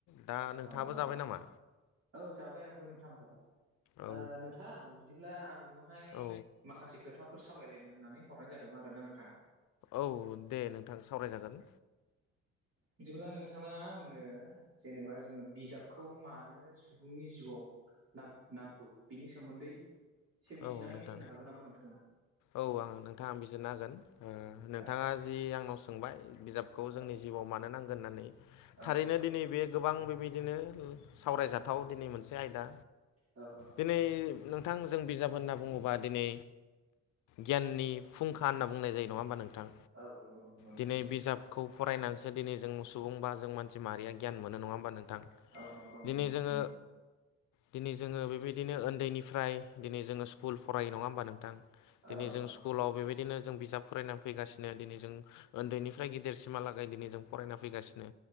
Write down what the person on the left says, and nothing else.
दा
नोंथाङाबो
जाबाय
नामा?
औ
औ
औ दे नोंथां सावरायजागोन।
औ नोंथां,
औ आङो नोंथां, आं बिजिरनो हागोन। ओ नोंथाङा
जि आंनाव सोंबाय बिजाबखौ
जोंनि जिउआव मानो नांगोन होननानै।
थारैनो दिनै बे गोबां बेबायदिनो सावरायजाथाव दिनै मोनसे आयदा।
दिनै नोंथां जों बिजाब होनना बुङोबा दिनि गियाननि फुंखा होनना बुंनाय जायो नङा होमबा नोंथां?
दिनै
बिजाब खौ फरायनानैसो दिनै जों सुबुं बा जों मानसि माहारिया गियान मोनो नङा होनबा नोंथां? दिनै
जोङो
दिनै जोङो बेबायदिनो उन्दैनिफ्राय दिनै जोङो स्कुल फरायो नङा होमबा नोंथां दिनै
जों
स्कुलाव बेबायदिनो जों बिजाब फरायनानै फैगासिनो दिनै जों उन्दैनिफ्राय गिदिरसिमहालागै दिनै जों फरायना फैगासिनो।